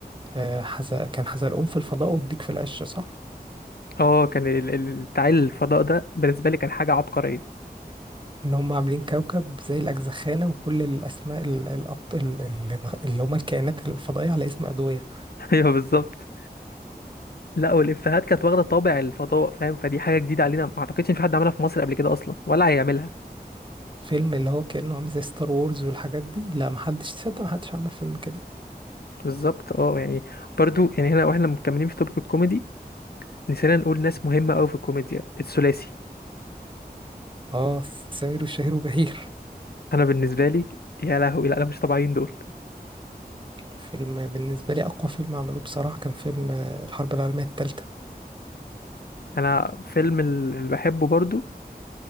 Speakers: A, on the right (about 30°); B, on the left (about 70°).
A: آه، حز... كان حزلقوم في الفضاء والديك في العشرة صح؟
B: اه كان ال- ال- بتاع الفضاء ده بالنسبة لي كان حاجة عبقرية
A: ان هم عاملين كوكب زي الاجزخانه وكل الاسماء ال- الأبط... ال- ال- اللي هم الكائنات الفضائيه على اسم ادويه
B: <laughs> أيوة بالظبط لا والإفيهات كانت واخدة طابع الفضاء فاهم فدي حاجة جديدة علينا ما أعتقدش إن في حد عملها في مصر قبل كده أصلا ولا هيعملها
A: فيلم اللي هو كانه عامل زي ستار وورز والحاجات دي لا محدش تصدق محدش عمل فيلم كده
B: بالظبط اه يعني برضو يعني هنا واحنا مكملين في توبيك الكوميدي نسينا نقول ناس مهمة أوي في الكوميديا الثلاثي
A: اه سمير وشهير وبهير
B: انا بالنسبه لي يا لهوي لا انا مش طبيعيين دول
A: فيلم بالنسبه لي اقوى فيلم عملوه بصراحه كان فيلم آه، الحرب العالميه الثالثه
B: انا فيلم ال- اللي بحبه برضو